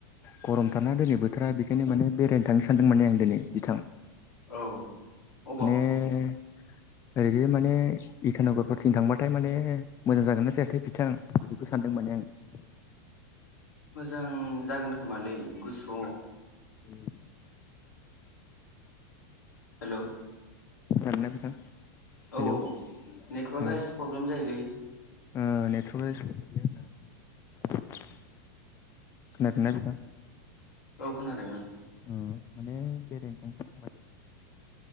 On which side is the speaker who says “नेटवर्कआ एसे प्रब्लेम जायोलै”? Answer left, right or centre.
Left